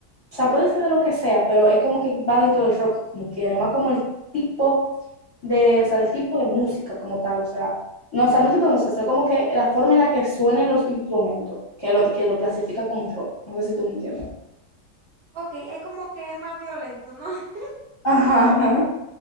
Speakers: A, on the left; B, on the right.
A: o sea, puede ser de lo que sea, pero es como que va dentro del rock, como quiere, más como el tipo de, o sea, el tipo de música como tal, o sea, no, o sea, no el tipo de música, sino como que la forma en la que suenen los instrumentos, que lo, que lo clasifica como rock, no sé si tú me entiendes.
B: Ok, es como que es más violento, ¿no? <laughs>
A: Ajá,
B: sea,
A: ajá.